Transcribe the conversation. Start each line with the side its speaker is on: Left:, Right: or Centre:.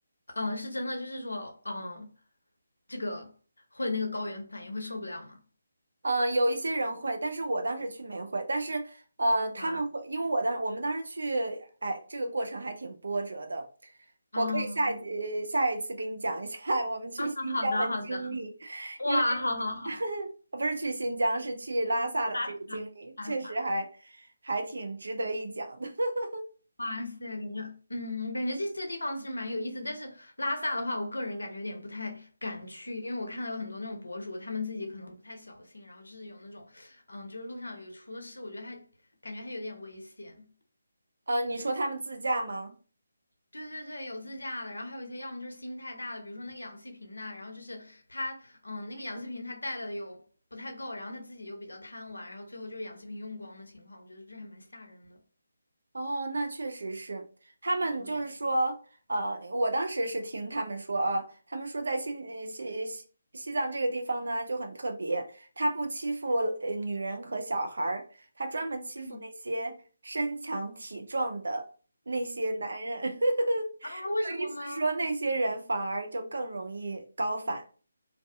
Left: 嗯、呃是真的，就是说，嗯、这个会那个高原反应会受不了吗？
Right: 呃，有一些人会，但是我当时去没会，但是呃，他们会，
Left: 哇，
Right: 因为我当我们当时去，哎，这个过程还挺波折的。我可以下一呃下一次给你讲一下
Left: 嗯，
Right: <laughs> 我们去新疆的经历，
Left: 啊，好的，好的，哇，
Right: 因为
Left: 好好好，
Right: <laughs> 不是去新疆，是去拉萨的这个经历，
Left: <laughs> 拉萨
Right: 确实还还挺值得一讲的。<laughs>
Left: 哇塞，感觉，嗯，我感觉这些地方其实蛮有意思，但是拉萨的话，我个人感觉有点不太敢去，因为我看到有很多那种博主，他们自己可能不太小心，然后就是有那种，嗯，就是路上有出了事，我觉得还感觉还有点危险。
Right: 呃，你说他们自驾吗？
Left: 对对对，有自驾的，然后还有一些要么就是心太大的，比如说那个氧气瓶呐，然后就是他，嗯，那个氧气瓶他带的有不太够，然后他自己又比较贪玩，然后最后就是氧气瓶用光的情况，我觉得这还蛮吓人的。
Right: 哦，那确实是，他们就是说，
Left: 对，
Right: 呃，我当时是听他们说啊，他们说在新呃西西西藏这个地方呢就很特别，他不欺负呃女人和小孩儿，他专门欺负那些身强体壮的那些男人，
Left: 嗯，
Right: <laughs>
Left: 啊，为什么呢？
Right: 就意思说那些人反而就更容易高反。